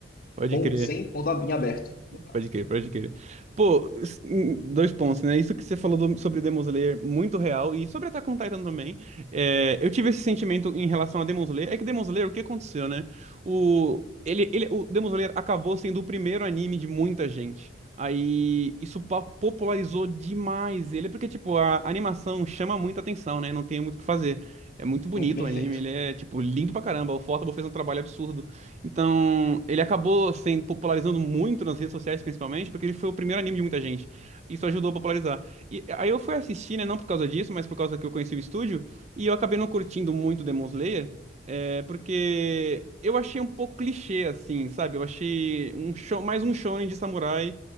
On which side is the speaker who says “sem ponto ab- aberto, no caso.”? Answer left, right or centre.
Left